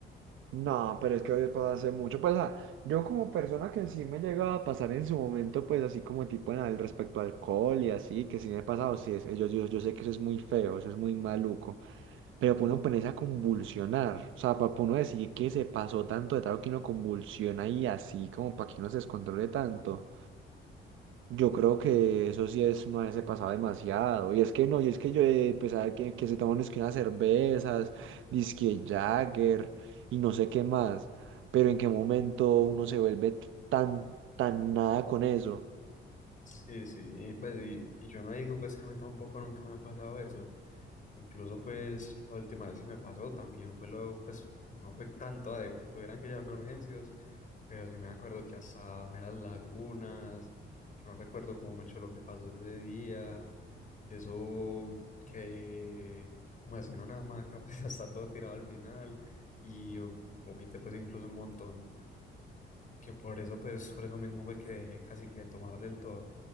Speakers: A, on the right; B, on the left.
A: No, pero es que hoy pasa hace mucho. Pues, ah, yo como persona que sí me llega a pasar en su momento, pues así como tipo en el respecto al alcohol y así, que sí me ha pasado, sí, es- yo, yo, yo sé que eso es muy feo, eso es muy maluco, pero para uno ponerse a convulsionar, o sea, para uno decir que se pasó tanto de trago que uno convulsiona y así, como para que uno se descontrole tanto. Yo creo que eso sí es una vez se pasaba demasiado. Y es que no, y es que yo eh, pues, ah, que, que se toman es que unas cervezas, disque Jagger y no sé qué más. Pero en qué momento uno se vuelve tan, tan nada con eso.
B: Sí, sí, y pues y, y yo no digo pues que a mí tampoco nunca me ha pasado eso. Incluso pues la última vez que me pasó también fue lo, pues no fue tanto de que tuvieran que llevarme a urgencias, pero sí me acuerdo que hasta me las lagunas, que no recuerdo como mucho lo que pasó ese día, eso que como así en una hamaca <laughs> pues hasta todo tirado al final y oh, vomité pues incluso un montón. que por eso, pues, por eso mismo fue que dejé casi que de tomar del todo.